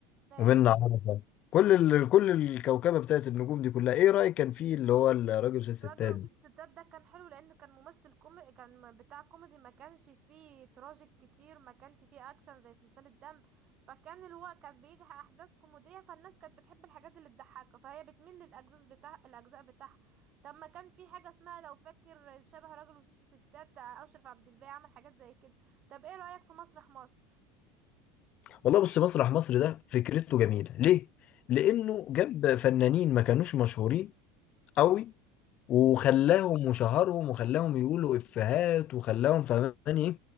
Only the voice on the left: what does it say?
ومنة عرفة كل ال... كل الكوكبة بتاعت النجوم دي كلها إيه رأيك كان فيه اللي هو الراجل وست ستات
ده؟
والله بص مسرح مصر ده فكرته جميلة ليه؟ لأنه جاب فنانين ما كانوش مشهورين قوي وخلاهم وشهرهم وخلاهم يقولوا افيهات وخلاهم فهماني ايه